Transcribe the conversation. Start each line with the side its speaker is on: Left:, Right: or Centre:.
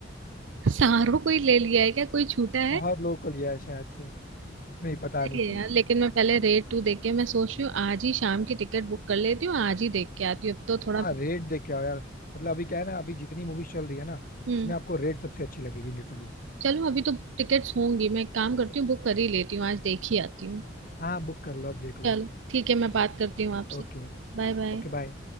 Right: सारो कोई ले लिया है क्या कोई छूटा
Left: बहुत
Right: है
Left: लोकल लिया है शायद से नहीं पता
Right: सही
Left: नहीं
Right: है यार लेकिन मैं पहले रेट टू देख के मैं सोच रही हूँ आज ही शाम की टिकट बुक कर लेती हूँ आज ही देख के आती हूँ अब तो थोड़ा
Left: हाँ रेट देख के आओ यार मतलब अभी क्या है ना अभी जितनी मूवी चल रही है ना
Right: हम्म
Left: इसमें आपको रेट सबसे अच्छी लगेगी लिटरली
Right: चलो अभी तो टिकट्स होंगी मैं एक काम करती हूँ बुक कर ही लेती हूँ आज देख ही आती हूँ
Left: हाँ बुक कर लो अब देख लो
Right: चलो ठीक है मैं बात करती हूँ आपसे
Left: ओके
Right: Bye bye
Left: Okay bye